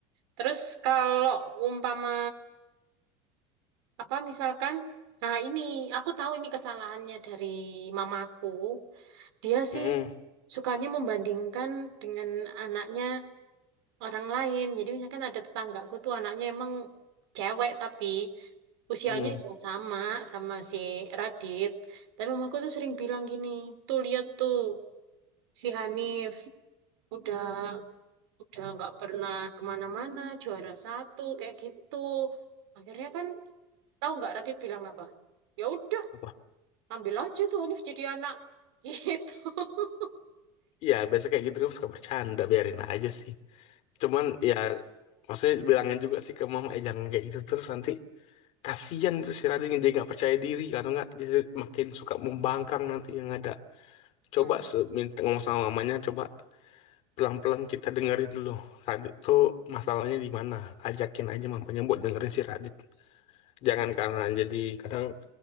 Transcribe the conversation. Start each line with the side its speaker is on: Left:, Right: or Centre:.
Right: Terus kalau umpama apa misalkan nah ini aku tahu ini kesalahannya dari mamaku. Dia
Left: mm-mm,
Right: sih sukanya membandingkan dengan anaknya orang lain. Jadi misalkan ada tetanggaku tuh anaknya emang cewek tapi usianya
Left: mm.
Right: ya sama sama si Radit. Tapi mamaku tuh sering bilang gini, tuh lihat tuh si Hanif udah udah nggak pernah kemana-mana juara satu kayak gitu akhirnya kan tahu nggak Radit bilang apa ya udah
Left: Apa?
Right: ambil aja tuh Hanif jadi anak gitu <laughs>
Left: Ya biasanya kayak gitu kan suka bercanda biarin aja sih. Cuman ya maksudnya bilangin juga sih ke mama eh jangan kayak gitu terus nanti kasihan terus si Rading jadi nggak percaya diri kalau nggak jadi makin suka membangkang nanti yang ada. Coba
Right: Hmm,
Left: se- minta ngomong sama mamanya coba pelan-pelan kita dengerin dulu. Radit tuh masalahnya di mana? Ajakin aja mamanya buat dengerin si Radit. Jangan karena jadi kadang